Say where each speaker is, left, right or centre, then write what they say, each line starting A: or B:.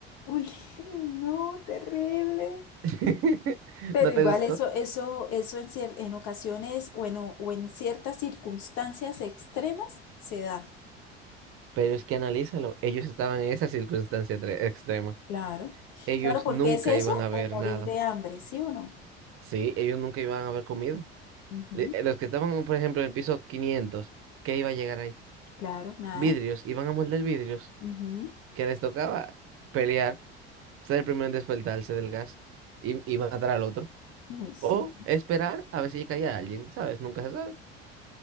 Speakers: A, on the left; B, on the right.
A: Uy, <laughs> no, terrible.
B: <laughs>
A: Pero
B: ¿No
A: igual
B: te gustó?
A: eso, eso, eso en, cier- en ocasiones o en, o en ciertas circunstancias extremas se da.
B: Pero es que analízalo, ellos estaban en esa circunstancia tre- extrema.
A: Claro,
B: Ellos
A: claro, porque
B: nunca
A: es eso
B: iban a ver
A: o morir
B: nada.
A: de hambre, ¿sí o no?
B: Sí, ellos nunca iban a haber comido.
A: Ujú,
B: Le- eh, Los que estaban, por ejemplo, en el piso 500, ¿qué iba a llegar ahí?
A: Claro, nada.
B: Vidrios, iban a moldear vidrios,
A: ujú,
B: que les tocaba pelear, ser el primero en despertarse del gas y, y matar al otro.
A: uy, sí,
B: O esperar a ver si caía alguien, ¿sabes? Nunca se sabe.